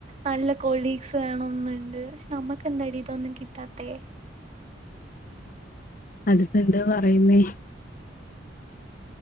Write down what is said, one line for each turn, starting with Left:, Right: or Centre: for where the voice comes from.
Right: നല്ല കൊളീഗ്സ് വേണംന്നുണ്ട് പക്ഷെ നമുക്ക് എന്താടി ഇതൊന്നും കിട്ടാത്തെ
Left: അതിപ്പോ എന്താ പറയുന്നേ